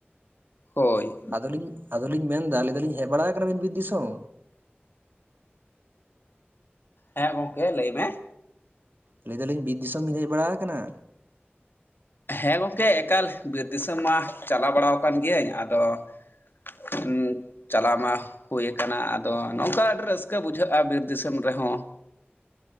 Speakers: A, on the left (about 60°); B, on the right (about 55°).
A: ᱦᱳᱭ᱾
B: ᱟᱞᱤᱧ ᱟᱫᱚ ᱞᱤᱧ ᱢᱮᱱ ᱫᱟ ᱞᱟᱹᱭ ᱫᱟᱹᱞᱤᱧ ᱦᱮᱡ ᱵᱟᱲᱟ ᱠᱟᱱᱟ ᱵᱤᱱ ᱵᱤᱨ ᱫᱤᱥᱚᱢ?
A: ᱦᱮᱸ ᱜᱚᱝᱠᱮ ᱞᱟᱹᱭ ᱢᱮ?
B: ᱞᱟᱹᱭᱮ ᱫᱟᱹᱞᱤᱧ ᱵᱤᱨ ᱫᱤᱥᱚᱢ ᱵᱤᱱ ᱦᱮᱡ ᱵᱟᱲᱟ ᱠᱟᱱᱟ?
A: ᱦᱮᱸ ᱜᱚᱝᱠᱮ ᱮᱠᱟᱞ ᱵᱤᱨ ᱫᱤᱥᱚᱢ ᱢᱟ ᱪᱟᱞᱟᱣ ᱵᱟᱲᱟ ᱟᱠᱟᱱ ᱜᱤᱭᱟᱹᱧ ᱟᱫᱚ <unintelligible> ᱪᱟᱞᱟᱣ ᱢᱟ ᱦᱩᱭᱩ ᱠᱟᱱᱟ ᱾ᱟᱫᱚ ᱱᱚᱝᱠᱟ ᱟᱹᱰᱤ ᱨᱟᱹᱥᱠᱟᱹ ᱵᱩᱡᱷᱟᱹᱜ-ᱟ ᱵᱤᱨ ᱫᱤᱥᱚᱢ ᱨᱮᱦᱚᱸ᱾